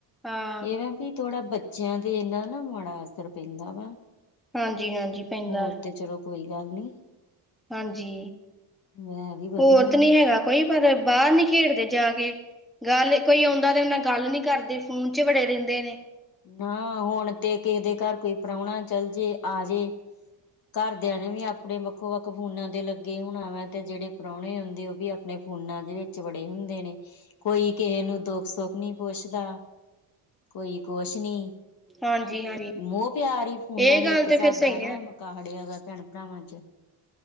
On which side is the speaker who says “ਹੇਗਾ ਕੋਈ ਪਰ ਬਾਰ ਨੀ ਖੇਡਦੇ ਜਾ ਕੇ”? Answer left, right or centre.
Centre